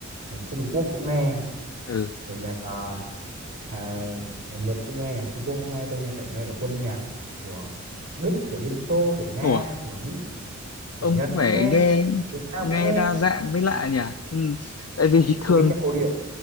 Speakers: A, on the right; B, on the left.
A: nhạc Trung Quốc cũng nghe
B: ừ
A: rồi nhạc à, à, nhạc Nhật cũng nghe nhạc Trung Quốc cũng nghe tôi nghe cả nghe cả quân nhạc của Đức của Liên Xô của Nga
B: ủa
A: của Mỹ của
B: ông
A: Nhật
B: cũng phải
A: cũng nghe
B: nghe
A: Việt Nam
B: nghe
A: cũng nghe
B: đa dạng mới lạ nhỉ ừ tại vì <laughs>
A: tôi
B: thường
A: nghe nhạc cổ điển